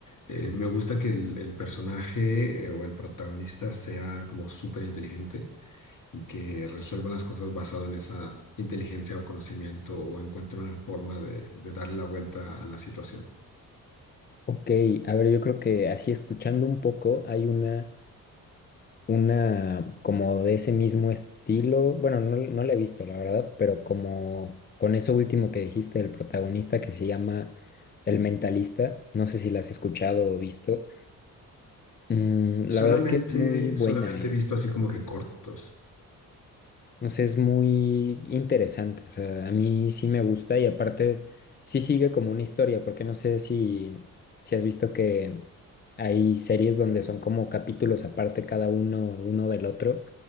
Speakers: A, on the left; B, on the left.
A: Eh, me gusta que el, el personaje eh, o el protagonista sea como súper inteligente y que resuelva las cosas basado en esa inteligencia o conocimiento o encuentre una forma de, de darle la vuelta a la situación.
B: Ok, a ver, yo creo que así escuchando un poco, hay una una como de ese mismo estilo. Bueno, no, no la he visto, la verdad, pero como con eso último que dijiste del protagonista que se llama El Mentalista, no sé si la has escuchado o visto. Mm,
A: Solamente,
B: la verdad es que es muy buena,
A: solamente
B: ¿eh?
A: he visto así como que cortos.
B: O sea, es muy interesante. O sea, a mí sí me gusta y aparte sí sigue como una historia, porque no sé si, si has visto que hay series donde son como capítulos aparte cada uno, uno del otro.